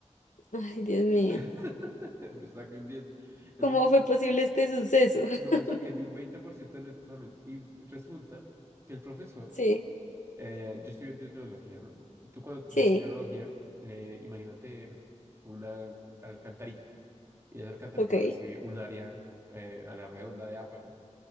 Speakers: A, on the left; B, on the right.
A: Ay, Dios mío.
B: <laughs> Me saqué un diez Es
A: ¿Cómo
B: un 10.
A: fue posible este suceso? <laughs>
B: No me saqué ni un 20% del examen. Y resulta que el profesor,
A: Sí,
B: eh, yo estoy viendo hidrología, ¿no? Tú cuando te-
A: sí,
B: ves hidrología, eh, imagínate tú una alcantarilla. Y esa alcantarilla
A: ok.
B: recibe un área eh, a la redonda de agua, ¿no?